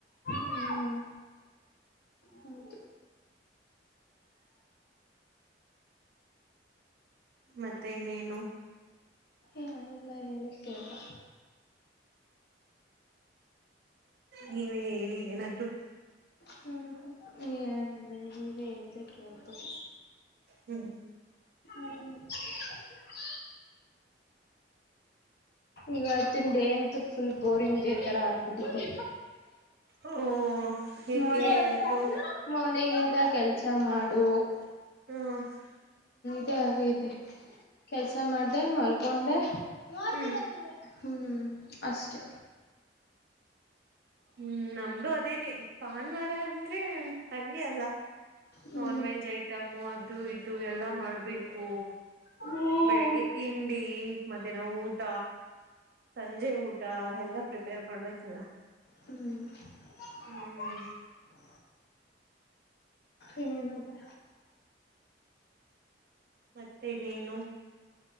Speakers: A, on the left (about 60°); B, on the right (about 60°).
A: ಹ್ಮ್ ಹೌದು
B: ಮತ್ತೆ ಇನ್ನೇನು
A: ಏನಿಲ್ಲ ಹೇಳಿ ಕೇಳ
B: ನೀವೇ ಹೇಳಿ ಏನಾದ್ರೂ
A: ಹ್ಮ್ ಹ್ಮ ಏನಿಲ್ಲ ನೀವೇ ಹೇಳಿದರೆ ಕೇಳಿತೀನಿ
B: ಹ್ಮ್
A: ಕೇಳಿಬೇಕು ಹೂ ಈವತ್ತಿನ ಡೇ ಅಂತೂ ಫುಲ್ ಬೋರಿಂಗ್ ಡೇ ತರ ಆಗ್ಬಿಟ್ಟಿದೆ.
B: ಒಹ್ ಏಕೆ
A: ಮಾರ್ನಿಂಗ್
B: ಏನಾಯ್ತು?
A: ಮಾರ್ನಿಂಗ್ ಇಂದ ಕೆಲ್ಸ ಮಾಡು
B: <unintelligible>
A: ನಿದ್ದೆ ಆಗಯ್ತೆ. ಕೆಲ್ಸ ಮಾಡ್ದೆ ಮಲ್ಕ್ ಒನ್ ಡೇ ನೋಡ್ತೀರಾ
B: ಹ್ಮ್
A: ನೀವ್ ಇವತ್ತು. ಹ್ಮ್ ಅಷ್ಟೇ.
B: ಹ್ಮ್ ನಮ್ದು ಅದೇನೆ. ಪಾನ್ವರನ್ ತ್ರೀವ್ ನನ್ ತಂಗಿ ಅಲ್ಲ.
A: ಹ್ಮ್
B: ನಾನ್ ವೆಜ್ ಐಟಮು ಅದು ಇದು ಎಲ್ಲಾ ಮಾಡ್ಬೇಕು.
A: ಹ್ಮ್
B: ಬೆಳಿಗ್ಗೆ ತಿನ್ ಟೀ, ಮಧ್ಯಾನ ಊಟ ಸಂಜೆ ಊಟ ಆಯ್ ಎಲ್ಲಾ ಪ್ರಿಪೇರ್ ಮಾಡ್ಬೇಕಲ್ಲ.
A: ಹ್ಮ್. <unintelligible>
B: ಹ್ಮ್
A: ಇನ್ನೇನ್ ಮತ್ತೆ?
B: ಮತ್ತೇ ಇನ್ನೇನು?